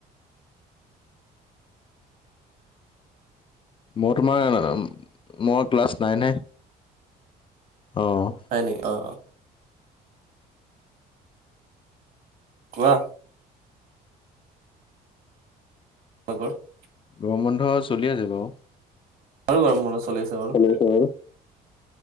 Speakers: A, on the left; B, on the right.
A: মই তোমাৰ মই ক্লাছ নাইনহে। অ'।
B: হয় নেকি? অ'। কোৱা <unintelligible>
A: গৰম বন্ধ চলি আছে বাও।
B: আমাৰো গৰম বন্ধ চলি আছে বাৰু।
A: অঁ,